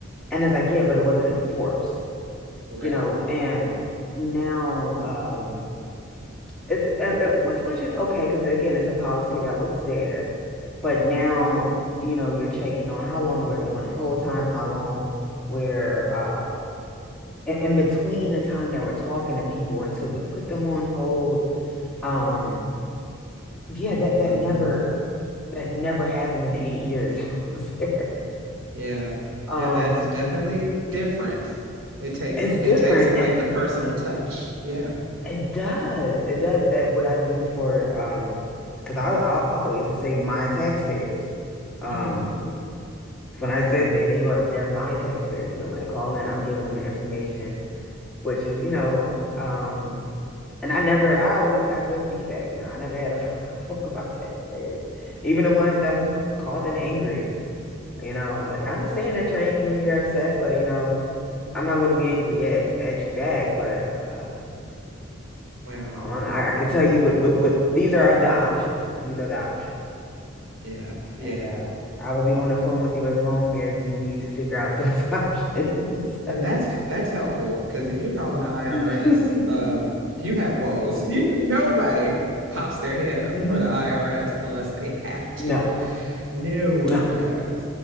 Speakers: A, in the centre; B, on the right.
A: and it's like yeah but it wasn't enforced
B: Correct.
A: you know and now um it's it, it- it- which which is okay because again it's a policy that was there but now you know you're checking on how long we're doing the whole time how long we're uh in, in between the time that we're talking to people until we put them on hold. Um, yeah, that
B: hmm
A: that never that never happened in the eight years <laughs> I was there.
B: Yeah.
A: Um,
B: Yeah, that's definitely different. It takes
A: it's different.
B: it takes away
A: It,
B: the personal touch. Yeah.
A: it does. It does that what I do for um, because I, I I always just say my taxpayers. Um,
B: <laughs>
A: when I said they they are they're my taxpayers. You know, when they call in, I'm giving them the information, which is you know um And I never, I always got good feedback. You know, I never had a <laughs> problem with my taxpayers, even the ones that was called in angry. You know, like I understand that you're angry and you're upset, but you know, I'm not going to be angry at at you back. But uh,
B: Wow.
A: I don't know. I, I could tell you what what what these are the options. These are the options,
B: Yeah. Yeah.
A: and uh, I will be on the phone with you as long as you need to figure out those <laughs> options.
B: And that's that's helpful because if you're calling the IRS,
A: <laughs>
B: um, you have woes. <laughs> You, nobody pops their head up
A: hmm
B: for the IRS unless they have to.
A: No,
B: No one
A: no,
B: does.